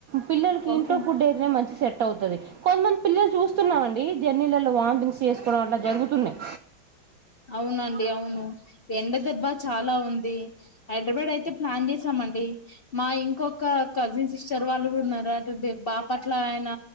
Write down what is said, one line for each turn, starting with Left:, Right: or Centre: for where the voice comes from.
Right: పిల్లలకి
Left: ఓకే
Right: ఇంట్లో
Left: అండి.
Right: ఫుడ్ అయితేనే మంచిది. సెట్ అవుతది కొంతమంది పిల్లలు చూస్తున్నామ అండి జర్నీలలో వామిటింగ్స్ చేసుకోవడం అట్లా జరుగుతున్నాయి
Left: అవునండి అవును ఎండ దెబ్బా చాలా ఉంది హైదరాబాడ్ అయితే ప్లాన్ చేసామండి మా ఇంకొక కజిన్ సిస్టర్ వాళ్ళు కూడా ఉన్నారు అటు బ్ బాపట్ల ఆయన